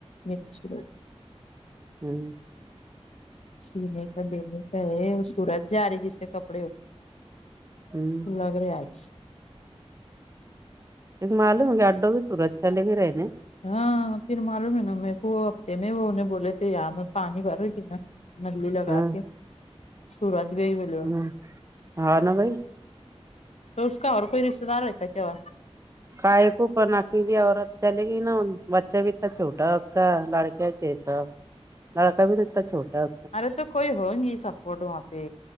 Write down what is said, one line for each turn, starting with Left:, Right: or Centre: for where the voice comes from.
Left: मिर्ची
Right: हम्
Left: सीने का देणे का हे सरत जा र जिसचे कपडे होते
Right: हम्म
Left: ू लाग रे आज
Right: एक मले म्हगे अड्डो बी सुरचछलेगे रा आहेने
Left: हा फिर मालूम आहे ना म हफ्ते मे बले ते ह म पाणी भर नली लग
Right: हाँ
Left: क सुरात गेई बलो
Right: हाँ हाँ ना भाई
Left: तरोसका हर कोई रिश्तेदार होता कव्हा
Right: कायकू पनाखी ही औरत चले ग ना बच्चाा भ इ छोटाका लडक्या. तेचा नळका बी तता छोटा.
Left: अरे कोई हो न सपोर्ट वपे